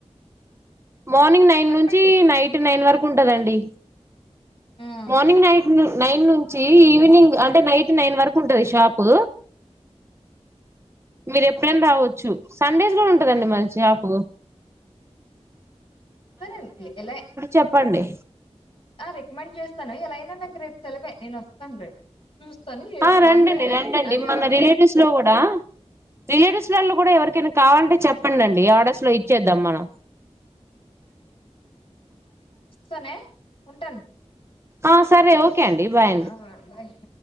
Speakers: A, on the right; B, on the left.
A: మార్నింగ్ నైన్
B: చెప్పండి
A: నుంచి నైట్ నైన్ వరకు కుంటదండి
B: ఉమ్
A: మార్నింగ్ నైట్ నైన్ నుంచి ఈవినింగ్ అంటే నైట్ నైన్ వరకు ఉంటది షాపు మీరు ఎప్పుడైనా రావచ్చు. సండేస్ కూడా ఉంటందండి మది షాప్
B: సరేం ఎలా
A: చెప్పండి
B: రికమెండ్ చేస్తాను ఎలాయినా రేపు సెలవే నేను వస్తాను రేపు చూస్తాను ఏది
A: ఆ
B: బాగుంటే
A: రండండి రండండి
B: అదే
A: మన
B: ఆర్డర్
A: రిలేటివ్స్ లో కూడా ఆ రిలేటివ్స్ వాళ్ళు కూడా ఎవరికైనా కావాలంటే చెప్పండి ఆర్డర్స్ లో ఇచ్చేద్దాం మనం
B: సనే ఉంటాను
A: ఆ సరే ఓకే అండి బాయ్ అండి
B: ఆ బాయ్